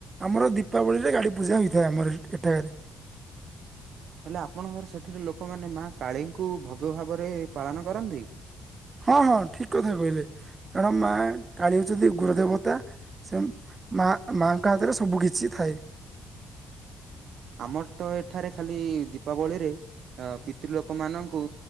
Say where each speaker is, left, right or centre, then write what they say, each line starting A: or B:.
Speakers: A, on the right (about 30°); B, on the right (about 70°).
A: ଆମର ଦୀପାବଳିରେ ଗାଡ଼ି ପୂଜା ହୋଇଥାଏ ଆମର ଏଠାରେ।
B: ହେଲେ ଆପଣଙ୍କର ସେଠିରେ ଲୋକମାନେ ମା କାଳୀଙ୍କୁ ଭବ୍ୟ ଭାବରେ ପାଳନ କରନ୍ତି।
A: ହଁ ହଁ ଠିକ୍ କଥା କହିଲେ, କାର ମା କାଳୀ ହଉଛନ୍ତି ଗୃହ ଦେବତା ସେ ମା ମାଙ୍କ ହାତରେ ସବୁ କିଛି ଥାଏ।
B: ଆମର ତ ଏଠାରେ ଖାଲି ଦୀପାବଳିରେ ଅ ପିତୃ ଲୋକ ମାନଙ୍କୁ